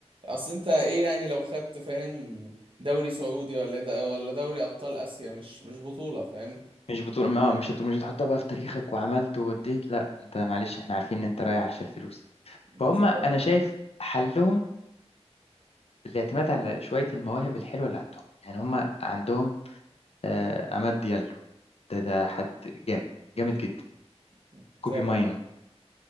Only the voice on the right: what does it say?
اصل انت ايه يعني لو خدت فاهم دوري سعودي ولا د... ولا دوري ابطال اسيا مش مش بطوله فاهم
بالظبط
اه
مم.
متابع